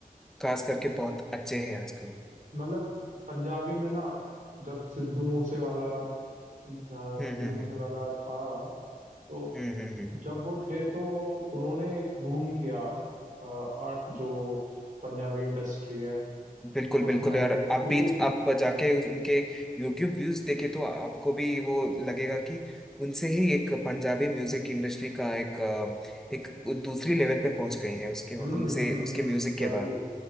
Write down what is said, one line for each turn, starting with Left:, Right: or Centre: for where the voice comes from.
Centre: खास करके बहुत अच्छे हैं आजकल
Right: मतलब पंजाबी में ना जब सिद्धू मूसे वाला अ, सिद्धू
Centre: हम्म हम्म
Right: मूसे
Centre: हम्म
Right: वाला था तो
Centre: हम्म हम्म, हम्म,
Right: जब वो थे तो उन्होंने एक बूम किया अ, आ, जो पंजाबी इंडस्ट्री है
Centre: बिल्कुल
Right: उसमें
Centre: बिल्कुल यार
Right: क्योंकि
Centre: आप भी आप जाके उनके यूट्यूब व्यूज देखे तो आपको भी वो लगेगा कि उनसे ही एक पंजाबी म्यूजिक इंडस्ट्री का एक अ, एक दूसरी लेवल पे पहुंच गई है उसके
Right: हम्म
Centre: उनसे
Right: हम्म
Centre: उसके
Right: हम्म,
Centre: म्यूजिक
Right: वही
Centre: के बाद